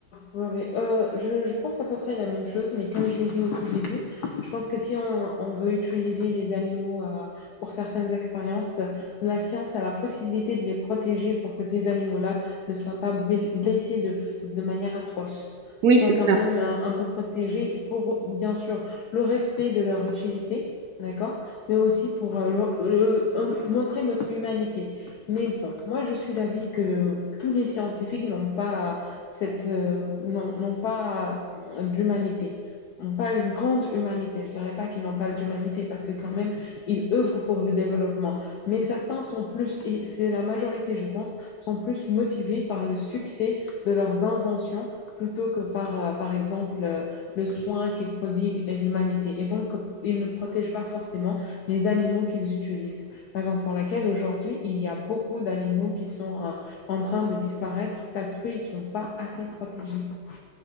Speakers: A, on the left; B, on the right.
A: Ouais, ouais. Euh, je, je pense à peu près la même chose, mais comme je l'ai dit au tout début, je pense que si on, on veut utiliser les animaux euh, pour certaines expériences, la science a la possibilité de les protéger pour que ces animaux-là ne soient pas bl- blessés de, de manière atroce,
B: Oui,
A: soient
B: c'est
A: quand
B: ça.
A: même euh, un peu protégés pour, bien sûr, le respect de leur utilité, d'accord, mais aussi pour euh, leur- euh, un- montrer notre humanité. Mais bon, moi je suis d'avis que tous les scientifiques n'ont pas cette, euh, non, n'ont pas d'humanité, n'ont pas une grande humanité. Je ne dirais pas qu'ils n'ont pas d'humanité parce que quand même, ils œuvrent pour le développement. Mais certains sont plus, et c'est la majorité, je pense, sont plus motivés par le succès de leurs inventions plutôt que par, euh, par exemple, euh, le soin qu'ils prodiguent à l'humanité. Et donc, ils ne protègent pas forcément les animaux qu'ils utilisent. Raison pour laquelle aujourd'hui, il y a beaucoup d'animaux qui sont euh, en train de disparaître parce qu'ils ne sont pas assez protégés. En